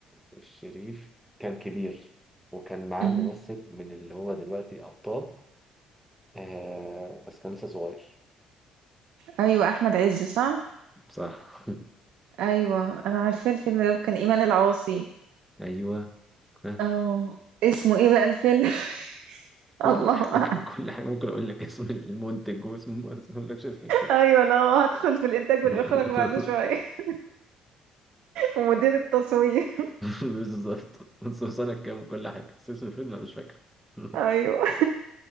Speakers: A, in the centre; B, on the right.
A: الشريف كان كبير وكان معاه
B: مهم.
A: ممثل من اللي هو دلوقتي أبطال آه بس كان لسه صغير
B: أيوة أحمد عز صح
A: صح
B: أيوة أنا عارفة الفيلم ده كان إيمان العاصي
A: <laughs> ايوه <laughs>
B: اه اسمه إيه بقى الفيلم
A: كل
B: <laughs> الله
A: حاجة
B: أعلم
A: كل حاجة ممكن أقول لك اسم المنتج واسم بس ما أقولكش اسم الفيلم
B: أيوة أنا هدخل في الإنتاج
A: <laughs>
B: والإخراج بعد شوية <laughs> ومدير التصوير
A: بالظبط بس سنة كام وكل حاجة بس اسم الفيلم أنا مش فاكر <laughs>
B: أيوة